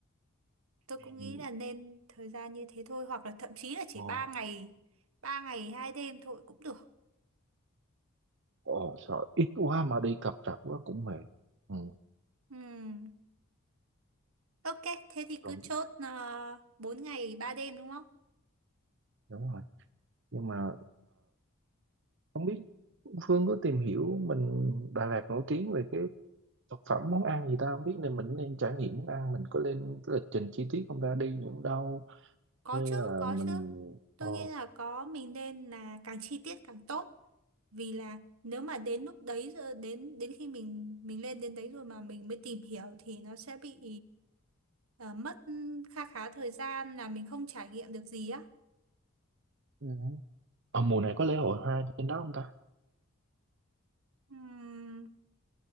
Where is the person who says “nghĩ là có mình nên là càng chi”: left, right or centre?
Right